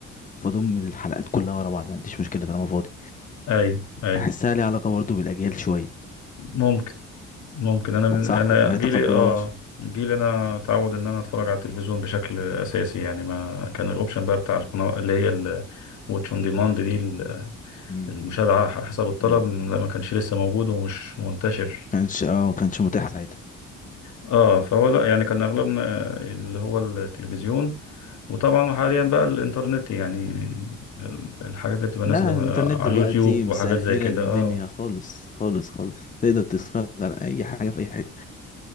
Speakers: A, on the left; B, on the left.
A: فضم الحلقات كلها ورا بعض ما عنديش مشكله طالما فاضي
B: اي اي
A: بحسها ليها علاقه برضه بالاجيال شويه
B: ممكن ممكن انا من
A: صح
B: انا
A: ما
B: جيلي
A: يتقبلوهاش
B: اه جيلي انا اتعود ان انا اتفرج على التلفزيون بشكل اساسي يعني ما كان الاوبشن بقى بتاع القناه اللي هي الواتش اون ديماند دي ال-
A: امم
B: المشاهده على حسب الطلب
A: ال-
B: لا ما كانش لسه موجود ومش منتشر
A: كانش اه كانش متاح ساعتها
B: اه فهو لا يعني كان اغلبنا اللي هو التلفزيون وطبعا حاليا بقى الانترنت يعني ال- الحاجات اللي بتبقى نازله
A: لا الانترنت
B: على
A: دلوقتي
B: اليوتيوب
A: مسهلة
B: وحاجات زي كده
A: الدنيا
B: اه
A: خالص خالص خالص تقدر تتفرج على اي حاجة في اي حتة